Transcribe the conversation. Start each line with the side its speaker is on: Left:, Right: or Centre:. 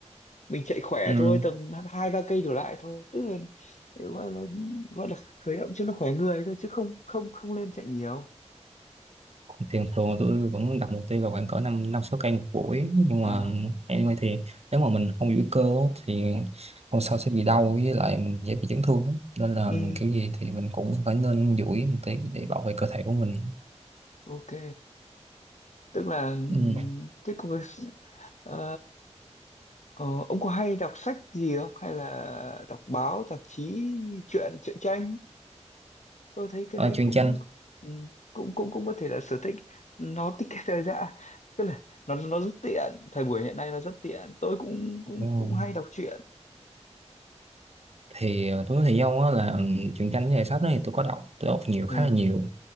Left: mình chạy khỏe
Right: ừ,
Left: thôi tầm hai ba cây đổ lại thôi tức là gọi là gọi là khởi động cho nó khỏe người thôi chứ không không không nên chạy nhiều
Right: Thường thường tôi vẫn đặt mục tiêu là khoảng cỡ năm năm sáu cây một buổi nhưng
Left: à
Right: mà anyway thì nếu mà mình không giữ cơ á, thì hôm sau sẽ bị đau với lại mình dễ bị chấn thương lắm. nên là
Left: ừ
Right: kiểu gì thì mình cũng phải nên duỗi một tí để bảo vệ cơ thể của mình
Left: ok tức là ừm,
Right: ừ.
Left: thế còn cái- ờ, ờ, ông có hay đọc sách gì không hay là đọc báo tạp chí truyện truyện tranh tôi thấy cái
Right: à,
Left: đấy
Right: truyện
Left: cũng
Right: tranh
Left: ừm, cũng cũng cũng có thể là sở thích nó tiết kiệm thời gian tức là nó nó rất tiện thời buổi hiện nay nó rất tiện tôi cũng cũng
Right: Đúng
Left: cũng
Right: rồi.
Left: hay đọc truyện
Right: thì ờ, tôi nói thì do á là truyện tranh với lại sách đó thì tôi có đọc tôi đọc nhiều
Left: ừ
Right: khá là nhiều